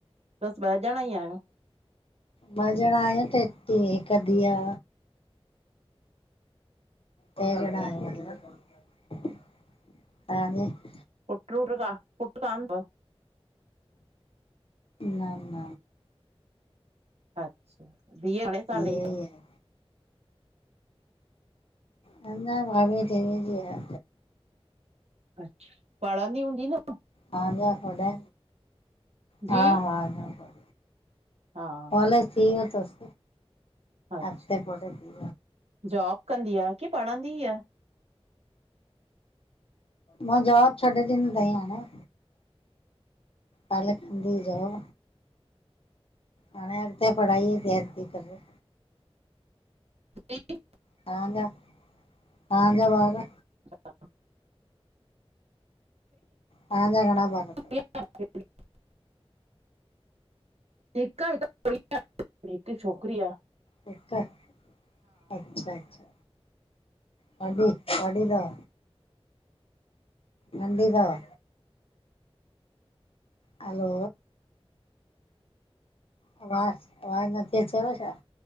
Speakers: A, on the right; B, on the left.
A: बस ॿ ॼणा ई आहियो?
B: मांॼणा आहिय ते हिक धी आ। जहिड़ा
A: <inaudible>
B: <unintelligible>
A: पुट रूटा पुट कान तव
B: न न न
A: अचछा धीअ अड़ह साल
B: धीअ
A: जी
B: ई
A: तव?
B: आहे ह न भभी जवी जी ह
A: अच्छा, पढंदी हूंदी न?
B: हाञा होॾे
A: जी
B: हा हा हा
A: हा
B: कॉलेज
A: हा सुठो
B: थी व्यो तस
A: अच्छा
B: अगते <unintelligible>
A: जॉब कंदी आ? की पढ़णंदी आ?
B: मां जोब छॾे ॾिन त ई हाणे। पले खंंदी जओ हाणे अॻते पढ़ाई तयारी थी करे
A: जी?
B: त्हांजा त्हांजा ॿार?
A: अछा
B: तहंजा घणा बार थ?
A: प <unintelligible> हिक आ हिक <unintelligible> हिक छोकिरी आ।
B: हिक अचछा-अचछा वॾी वॾी थव? नंढी थव? हलो आवाज़ आवाज न थी अचेव छा?